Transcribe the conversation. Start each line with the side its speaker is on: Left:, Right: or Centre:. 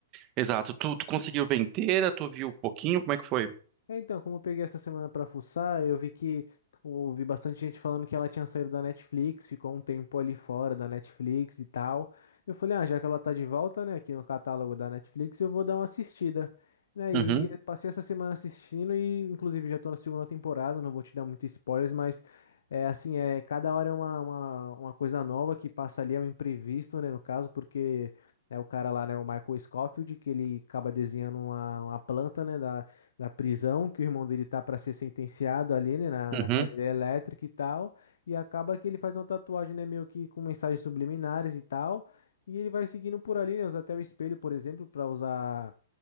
Right: exato. Tu, tu conseguiu ver inteira? Tu viu um pouquinho? Como é que foi?
Left: É, então, como eu peguei essa semana pra fuçar, eu vi que ouvi bastante gente falando que ela tinha saído da Netflix, ficou um tempo ali fora da Netflix e tal. Eu falei, ah, já que ela tá de volta, né, aqui no catálogo da Netflix, eu vou dar uma assistida. Né,
Right: Uhum,
Left: E aí, passei essa semana assistindo e, inclusive, já tô na segunda temporada, não vou te dar muitos spoilers, mas é assim, é, cada hora é uma, uma, uma coisa nova que passa ali, é um imprevisto, né, no caso, porque é o cara lá, né, o Michael Scofield, que ele acaba desenhando uma, uma planta, né, da da prisão, que o irmão dele tá para ser sentenciado ali, né, na,
Right: uhum,
Left: na cadeira elétrica e tal, e acaba que ele faz uma tatuagem, né, meio que com mensagens subliminares e tal, e ele vai seguindo por ali, né, usa até o espelho, por exemplo, para usar